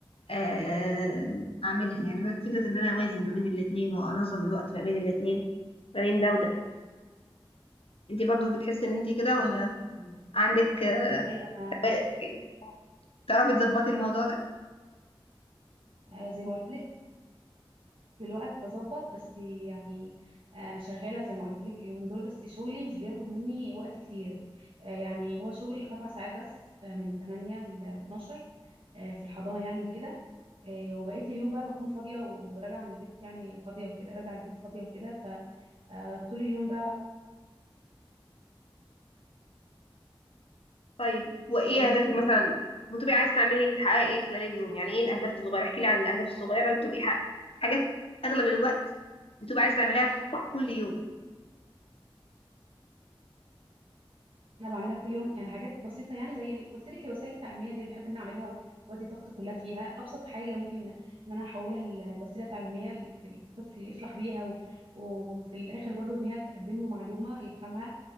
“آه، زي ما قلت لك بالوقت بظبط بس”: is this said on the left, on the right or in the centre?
Right